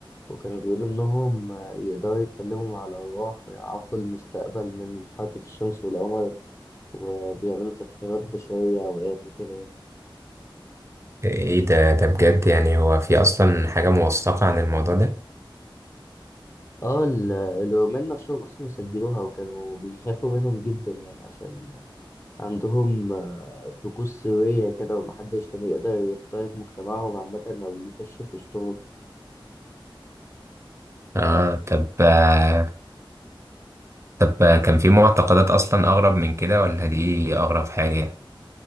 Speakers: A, on the left; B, on the right.
A: وكانوا بيقولوا إنهم يقدروا يتكلموا مع الأرواح ويعرفوا المستقبل من حركة الشمس والقمر وبيعملوا تضحيات بشرية أوقات وكده يعني
B: إيه ده ده بجد يعني هو في أصلا حاجة موثقة عن الموضوع ده؟
A: اه ال- الرومان نفسهم أصلا سجلوها وكانوا بيخافوا منهم جدا يعني عشان عندهم آه، طقوس سرية كده ومحدش كان يقدر يخترق مجتمعهم عامة أو يخش في وسطهم
B: آه طب آه، طب آه، كان في معتقدات أصلا أغرب من كده ولا دي أغرب حاجة؟